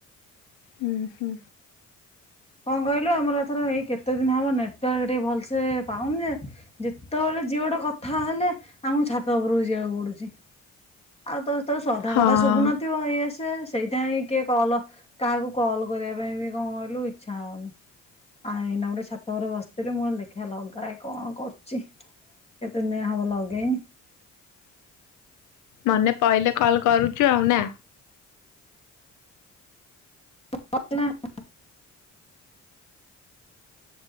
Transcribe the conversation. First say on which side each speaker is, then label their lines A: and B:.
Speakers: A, on the left; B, on the left.
A: ହୁଁ ହୁଁ
B: କଣ କହିଲୁ ଆମର ଏଥର ଏଇ କେତେ ଦିନ ହବ ନେଟାର୍କ ଟିକେ ଭଲସେ ପାଉନି ଯେ ଯେତେବେଳେ ଝିଅ ଗଟେ କଥା ହେଲେ ଆମକୁ ଛାତ ଉପରକୁ ଯିବାକୁ ପଡୁଛି, ଆଉ ତ ତୋ ସଧା
A: ହଁ
B: କଥା ଶୁଭୁନଥିବ ଇଏ ସେ ସେଇଟା ହିଁ କିଏ କଲ କାହାକୁ କଲ କରିବା ପାଇଁ ବି କଣ କହିଲୁ ଇଚ୍ଛା ହଉନି। ଆନା ଗୋଟେ ଛାତ ଉପରେ ବସ ସେଥିରେ ମୁଁ ଲ ଦେଖିବା ଲଗାଏ କଣ କରୁଛି କେତେ ଦିନଆ ହବ ଲଗେଇନି
A: ମନେ ପହିଲେ କଲ୍ କରୁଛୁ ଆଉ ନା
B: <inaudible>